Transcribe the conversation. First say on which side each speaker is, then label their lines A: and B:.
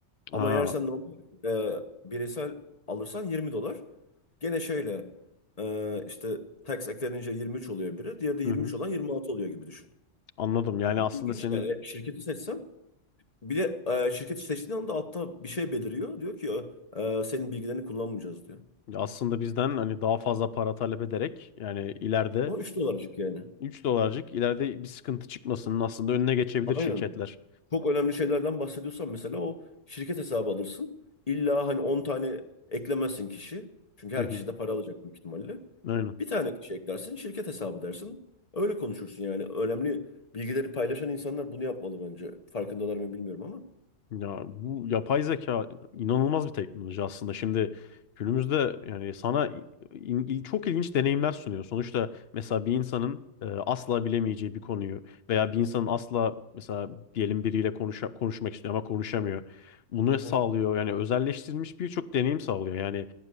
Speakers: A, on the left; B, on the left.
A: Ama
B: Aa,
A: eğer sen normal e, bireysel alırsan 20 dolar. Gene şöyle e, işte tax eklenince 23 oluyor biri. Diğeri de 23
B: hı hı.
A: olan 26 oluyor gibi düşün.
B: Anladım. Yani
A: Ama
B: aslında
A: ilginç
B: senin
A: yani şirketi seçsen Bir de e, şirketi seçtiğin anda altta bir şey beliriyor. Diyor ki e, e, senin bilgilerini kullanmayacağız diyor.
B: aslında bizden hani daha fazla para talep ederek yani ileride
A: O 3 dolarcık yani.
B: 3 dolarcık ileride bir sıkıntı çıkmasının aslında önüne geçebilir
A: Aynen.
B: şirketler.
A: Çok önemli şeylerden bahsediyorsan mesela o şirket hesabı alırsın. İlla hani 10 tane eklemezsin kişi. Çünkü
B: Hı
A: her
B: hı.
A: kişi de para alacak büyük ihtimalle.
B: Aynen.
A: Bir tane kişi eklersin, şirket hesabı dersin. Öyle konuşursun yani. Önemli bilgileri paylaşan insanlar bunu yapmalı bence. Farkındalar mı bilmiyorum ama.
B: Ya bu yapay zeka inanılmaz bir teknoloji aslında. Şimdi günümüzde yani sana in- il- çok ilginç deneyimler sunuyor. Sonuçta mesela bir insanın e, asla bilemeyeceği bir konuyu veya bir insanın asla mesela diyelim biriyle konuşa- konuşmak istiyor ama konuşamıyor. Bunu
A: Hı hı.
B: sağlıyor. Yani özelleştirilmiş birçok deneyim sağlıyor. Yani